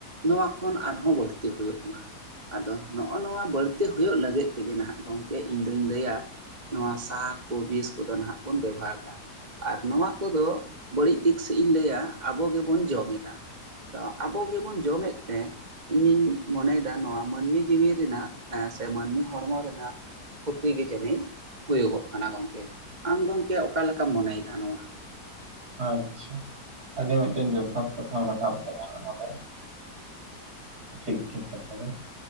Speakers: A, on the right (about 25°); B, on the right (about 65°).
A: ᱱᱚᱣᱟ ᱠᱷᱚᱱ ᱟᱨᱦᱚᱸ ᱵᱟᱹᱲᱛᱤ ᱦᱩᱭᱩᱜ ᱢᱟ ᱟᱫᱚ ᱱᱚᱜᱼᱚ ᱱᱚᱣᱟ ᱵᱟᱹᱲ ᱦᱩᱭᱩᱜ ᱞᱟᱹᱜᱤᱫ ᱛᱮᱜᱮ ᱱᱟᱜ ᱜᱚᱝᱠᱮ ᱤᱧ ᱫᱩᱧ ᱞᱟᱹᱭᱟ ᱱᱚᱣᱟ ᱥᱟᱨ ᱠᱚ ᱵᱤᱥ ᱠᱚᱫᱚ ᱱᱟᱜ ᱵᱚᱱ ᱵᱮᱵᱚᱦᱟᱨ ᱫᱟ ᱟᱨ ᱱᱚᱣᱟ ᱠᱚᱫᱚ ᱵᱟᱹᱲᱤᱡ ᱫᱤᱠ ᱥᱮᱷ ᱤᱧ ᱞᱟᱹᱭᱟ ᱟᱵᱚ ᱜᱮᱵᱚᱱ ᱡᱚᱢᱮᱫᱟ ᱟᱫᱚ ᱟᱵᱚ ᱜᱮᱵᱚᱱ ᱡᱚᱢᱮᱫ ᱛᱮ ᱤᱧᱤᱧ ᱢᱚᱱᱮᱭᱮᱫᱟ ᱱᱚᱣᱟ ᱢᱟᱹᱱᱢᱤ ᱡᱤᱣᱤ ᱨᱮᱱᱟᱜ ᱮᱸ, ᱥᱮ ᱢᱟᱹᱱᱢᱤ ᱦᱚᱲᱢᱚ ᱨᱮᱱᱟᱜ ᱠᱷᱩᱛᱤ ᱜᱮ ᱡᱟᱹᱱᱤᱡ ᱦᱩᱭᱩᱜᱚᱜ ᱠᱟᱱᱟ ᱜᱚᱝᱠᱮ ᱟᱢ ᱜᱚᱝᱠᱮ ᱚᱠᱟ ᱞᱮᱠᱟᱢ ᱢᱚᱱᱮᱭᱮᱫᱟ ᱱᱚᱣᱟ
B: ᱟᱪᱪᱷᱟ ᱟᱹᱰᱤ ᱢᱤᱫᱴᱮᱱ ᱡᱚᱛᱷᱟᱛ ᱠᱟᱛᱷᱟᱢ ᱨᱟᱠᱟᱵ ᱟᱠᱟᱫᱟ ᱱᱚᱸᱰᱮ ᱴᱷᱤᱠ ᱜᱮ ᱠᱟᱛᱷᱟ ᱜᱮ